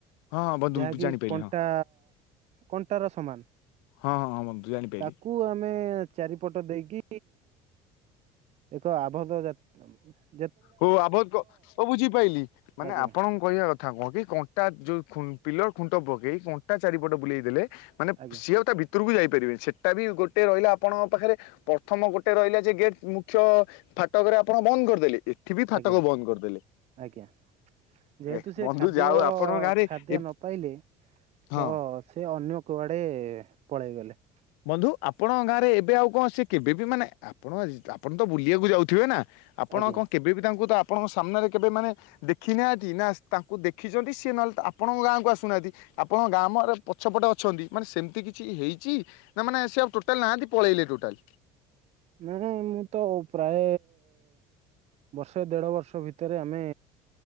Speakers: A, on the left; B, on the right.
A: ହଁ ହଁ ବନ୍ଧୁ
B: ଯାହାକି
A: ଜାଣିପାଇଲି
B: କଣ୍ଟା
A: ହଁ
B: କଣ୍ଟା ର ସମାନ।
A: ହଁ ହଁ ହଁ ବନ୍ଧୁ ଜାଣିପାଇଲି
B: ତାକୁ ଆମେ ଚାରିପଟ ଦେଇକି, ଏକ ଆବୋଧ ଯାତା
A: ହଉ ଆଭ ହ ବୁଝିପାରଲିି, ମାନେ
B: ଆଜ୍ଞା
A: ଆପଣଙ୍କ କହିବା କଥା କଣ କି? କ ଯୋଉ ପିଲର ଖୁଣ୍ଟ ପକେଇ, କଣ୍ଟା ଚାରିପଟ ବୁଲେଇଦେଲେ, ମାନେ
B: ଆଜ୍ଞା
A: ସିଏ ତା ଭିତ କୁ ଯାଇପାରିବେ ସେଟା ବି ଗୋଟେ ରହିଲା ଆପଣଙ୍କ ପାଖରେ, ପ୍ରଥମ ଗୋଟେ ରହିଲା ଯେ ଗେଟ୍ ମୁଖ୍ୟ ଫାଟକରେ ଆପଣ ବନ୍ଦ କରିଦେଲେ, ଏଠି ବି ଫାଟକ
B: ଆଜ୍ଞା
A: ବନ୍ଦ କରିଦେଲେ।
B: ଆଜ୍ଞା ଯେହେତୁ
A: ଏ
B: ସେ
A: ବନ୍ଧୁ
B: ଖାଦ୍ୟ
A: ଯାଉ ଆପଣଙ୍କ ଗାଁରେ
B: ଖାଦ୍ୟ
A: ଏ
B: ନ ପାଇଲେ,
A: ହଁ।
B: ତ ସେ ଅନ୍ୟ କୁଆଡେ ପଳେଇଗଲେ।
A: ବନ୍ଧୁ ଆପଣଙ୍କ ଗାଁ ରେ ଏବେ ଆଉ କଣ, ସେ କେବେବି ମାନେ, ଆପଣ ତ ବୁଲିବାକୁ ଯାଉଥିବେନା। ଆପଣ
B: ଆଜ୍ଞା
A: କଣ କେବେ ବି ତାଙ୍କୁ ତ ଆପଣଙ୍କ ସାମ୍ନାରେ କେବେ ମାନେ ଦେଖିନାହାଁନ୍ତି, ନା ତାଙ୍କୁ ଦେଖିଛନ୍ତି, ସିଏ ନହେଲେ ଆପଣଙ୍କ ଗାଁକୁ ଆସୁନାହାଁନ୍ତି। ଆପଣଙ୍କ ଗାମରେ ପଛପଟେ ଅଛନ୍ତି, ମାନେ ସେମିତି କିଛି ହେଇ ନା ମାନେ, ସେ ଆଉ ଟୋଟାଲ ନାହାନ୍ତି ପଳେଇଲେ ଟୋଟାଲ
B: ନାଇଁ ମୁଁ ତ ପ୍ରାୟ ବର୍ଷେ, ଦେଢ ବର୍ଷ, ଭିତରେ ଆମେ